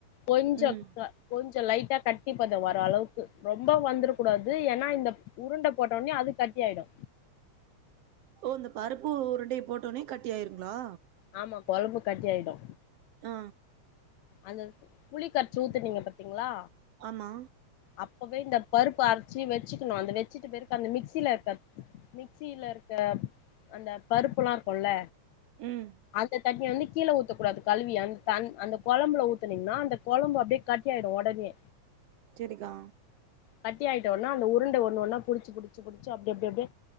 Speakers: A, on the left; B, on the right.
A: கொஞ்சோ
B: ம்.
A: த கொஞ்ச லைட்டா கட்டிப்பதோ வர அளவுக்கு ரொம்ப வந்துர கூடாது ஏன்னா இந்த உருண்ட போட்டோனே அது கட்டி ஆயிடு
B: ஓ இந்த பருப்பு உருண்டைய போட்டோனே கட்டி ஆயிருங்களா
A: ஆமா கொழம்பு கட்டி ஆயிடு
B: ஆ
A: அந்த புளிக்கரச்சி ஊத்துனீங்க பாத்தீங்களா
B: ஆமா
A: அப்பவே இந்த பருப்பு அரச்சு வச்சுக்கணு அந்த வச்சுட்டு பெரக்கு அந்த மிக்சில இர்க மிக்சில அரச்ச அந்த பருப்புல்லா இருக்குல
B: ம்.
A: அந்த தண்ணிய வந்து கீழ ஊத்தக்க கூடாது கலுவி அந்த தன் அந்த கொழம்பல ஊத்தினீங்னா அந்த கொழம்பு அப்டியே கட்டி ஆய்டு ஒடனே
B: சேரிக்கா
A: கட்டி ஆய்ட்டோனா அந்த உருண்ட ஒன்னு ஒன்னா புடிச்சு புடிச்சு புடிச்ச அப்டி அப்டி அப்டி